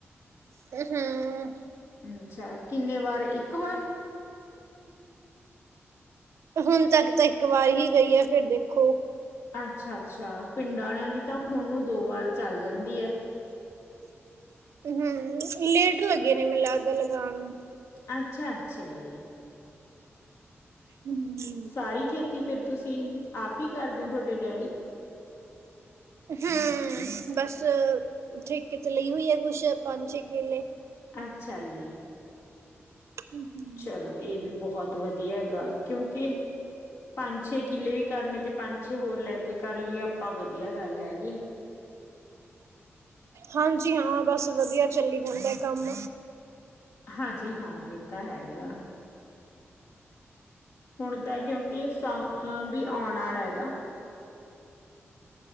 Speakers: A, on the right; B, on the left.
A: ਤੇ, ਹਾਂ।
B: ਅ ਅੱਛਾ ਕਿੰਨੇ ਵਾਰ, ਇੱਕ ਵਾਰ?
A: ਹੁਣ ਤੱਕ ਤਾਂ, ਇੱਕ ਵਾਰ ਹੀ ਗਈ ਹੈ ਫਿਰ ਦੇਖੋ।
B: ਅੱਛਾ ਅੱਛਾ, ਪਿੰਡਾਂ ਵਾਲਿਆਂ ਦੀ ਤਾਂ ਹੁਣ ਨੂੰ ਦੋ ਵਾਰ ਚੱਲ ਜਾਂਦੀ ਹੈ।
A: ਹਮ, ਲੇਟ ਲੱਗੇ ਨੇ, ਮੈਨ ਲਗਦਾ ਲਗਾਉਣ ਨੂੰ।
B: ਅੱਛਾ ਅੱਛਾ, ਜੀ।
A: ਹਮ।
B: ਸਾਰੀ ਖੇਤੀ ਫੇਰ ਤੁਸੀਂ, ਆਪ ਹੀ ਕਰਦੇ ਹੋ ਤੁਹਾਡੇ ਡੈਡੀ?
A: ਹਮ, ਬਸ, ਠੇਕੇ ਤੇ ਲਈ ਹੋਈ ਆ ਕੁਛ ਪੰਜ ਛੇ ਕਿਲੇ
B: ਅੱਛਾ ਜੀ।
A: ਹਮ, ਹਮ।
B: ਚਲੋ ਇਹ ਵੀ ਬਹੁਤ ਵਧੀਆ ਹੈਗਾ, ਕਿਉਂਕਿ ਪੰਜ ਛੇ ਕਿੱਲੇ ਵੀ ਕਰਨੇ, ਤੇ ਪੰਜ ਛੇ ਹੋਰ ਲੈ ਕੇ ਕਰ ਲਈਏ ਆਪਾਂ, ਵਧੀਆ ਗੱਲ ਹੈਗੀ।
A: ਹਾਂਜੀ ਹਾਂ ਬਸ, ਵਧੀਆ ਚੱਲੀ ਜਾਂਦਾ ਕੰਮ।
B: ਹਾਂਜੀ ਹਾਂ, ਇਹ ਤਾਂ ਹੈਗਾ ਨਾ। ਹੁਣ ਤਾਂ, ਕਿਉਂਕਿ ਸਾਊਣ ਵੀ ਆਉਣ ਵਾਲਾ ਹੈਗਾ।